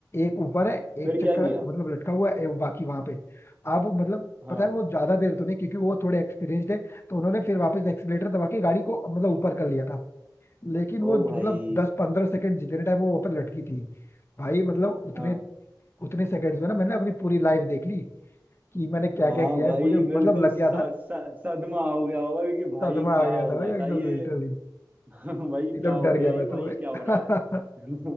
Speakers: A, on the left; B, on the right.
A: एक ऊपर है
B: फिर
A: एक चक्का
B: क्या किया
A: मतलब लटका हुआ है एक बाकी वहां पे आप मतलब
B: हाँ
A: पता है वो ज्यादा देर तो नहीं क्योंकि वो थोड़े एक्सपीरियंस्ड है तो उन्होंने फिर वापस एक्सीलेटर दबा के गाड़ी को मतलब ऊपर कर लिया था लेकिन वो
B: ओ
A: मतलब
B: भाई
A: दस पंद्रह सेकंड जितने टाइम वो ऊपर लटकी थी भाई मतलब उतने
B: हाँ
A: उतने सेकंड्स में ना मैंने अपनी पूरी लाइफ देख ली कि मैंने क्या
B: हाँ
A: क्या किया
B: भाई
A: है मुझे मतलब
B: बिल्कुल
A: लग
B: स,
A: गया था
B: स, सदमा हो गया होगा क्योंकि भाई
A: सदमा
B: क्या
A: आ
B: हुआ
A: गया था भाई एकदम
B: था ये
A: लिटरली
B: <laughs> भाई
A: एकदम
B: क्या हो
A: डर
B: गया
A: गया
B: ये
A: मैं
B: भाई
A: तो भाई
B: क्या हो रहा है <laughs>